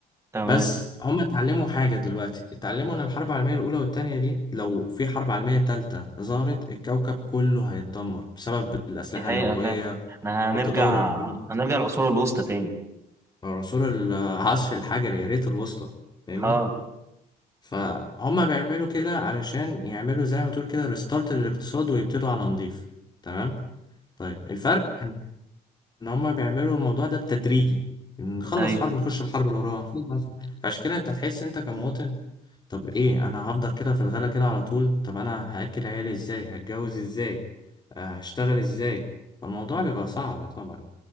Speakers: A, on the right (about 15°); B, on the left (about 25°).
A: تمام
B: بس هم اتعلموا حاجة دلوقتي اتعلموا ان الحرب العالمية الاولى والتانية دي لو في حرب عالمية تالتة ظهرت الكوكب كله هيتدمر بسبب الاسلحة
A: دي حقيقة
B: النووية
A: فعلا احنا هنرجع
B: والتطور الجنو-
A: هنرجع العصور الوسطى تاني
B: عصور العصر الحجري يا ريت الوسطى فاهمني
A: اه
B: فهم بيعملوا كده علشان يعملوا زي ما تقول كده ريستارت للاقتصاد ويبتدوا على نضيف تمام طيب الفرق ان إن هما بيعملوا الموضوع ده بتدريجي نخلص
A: ايوه
B: حرب نخش الحرب اللي وراها نخلص حرب- فعشان كده انت هتحس انت كمواطن طب ايه انا هفضل كده في الغلا كده على طول طب انا هاكل عيالي ازاي هتجوز ازاي آه، هشتغل ازاي فالموضوع بيبقى صعب طبعا